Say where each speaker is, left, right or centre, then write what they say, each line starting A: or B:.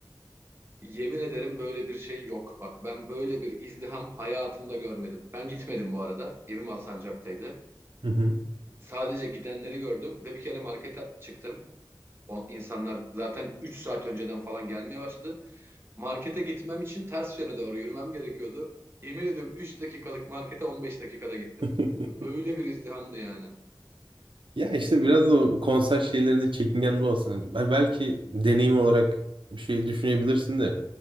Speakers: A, on the right (about 30°); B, on the right (about 75°).
A: Yemin ederim böyle bir şey yok. Bak ben böyle bir izdiham hayatımda görmedim. Ben gitmedim bu arada. Evim Alsancak'taydı.
B: Hı hı.
A: Sadece gidenleri gördüm ve bir kere markete çıktım. O insanlar zaten 3 saat önceden falan gelmeye başladı. Markete gitmem için ters yöne doğru yürümem gerekiyordu. Yemin ediyorum 3 dakikalık markete 15 dakikada gittim.
B: <laughs>
A: Böyle bir izdihamdı yani.
B: Ya işte biraz da o konser şeylerinde çekingen de olsana. Belki deneyim olarak bir şey düşünebilirsin de.